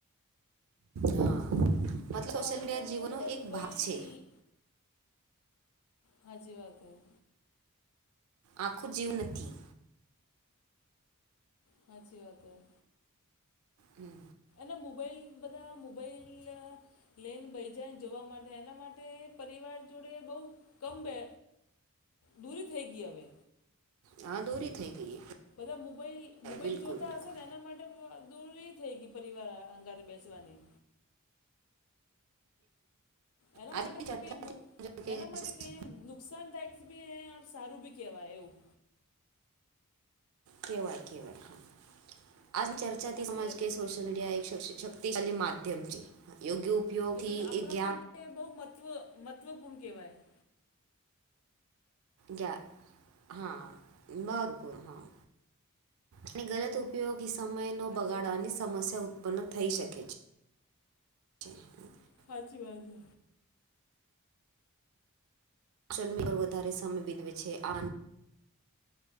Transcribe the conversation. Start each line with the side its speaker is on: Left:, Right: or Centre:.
Right: હા મતલબ
Left: તો
Right: સોશિયલ
Left: હવે
Right: મીડિયા
Left: તો
Right: જીવનો
Left: બધા
Right: એક
Left: મોબાઈલ
Right: ભાગ છે.
Left: હાચી વાત હૈ.
Right: આખું જીવ નથી.
Left: હાચી વાત હૈ.
Right: હમ.
Left: એ મોબાઈલ બધા મોબાઈલ લઈને ભઈ જાય જોવા માટે એના માટે પરિવાર જોડે બહુ કમ બે દૂરી થઈ ગઈ હવે.
Right: હા દોરી થઈ ગઈ.
Left: બધા મોબાઈલ મોબાઈલ
Right: બિલકુલ
Left: જોતા
Right: બિલકુલ
Left: હશે ને એના માટે દૂરી થઈ ગઈ પરિવાર અંગારે બેસવાની. એના
Right: આજની
Left: માટે
Right: ચર્ચાથી
Left: તો કઈ બુ
Right: સમજાયું
Left: એના માટે
Right: કે
Left: કઈ દુ. નુકસાનદાયક બી સારું બી કહેવાય એવું.
Right: કેવાય કેવાય આજ ચર્ચાથી
Left: સાચી
Right: સમાજ
Left: વાત
Right: કે સોશલ
Left: નહીં
Right: મીડિયા સોશિલ તે ખાલી માધ્યમ છે. યોગ્ય ઉપયોગથી
Left: લેકિન આપણા
Right: એ જ્ઞાન
Left: માટે બહુ મહત્વ મહત્વપૂર્ણ કેવાય.
Right: ગયા હા મરપૂર હા અને ગલત ઉપયોગ. સમય નો
Left: સાચી
Right: બગાડવાની સમસ્યા ઉત્પન્ન થઈ શકે છે. <inaudible>
Left: હાચી વાત હે.
Right: ચલમી પર વધારે સમય બીતાવે છે આ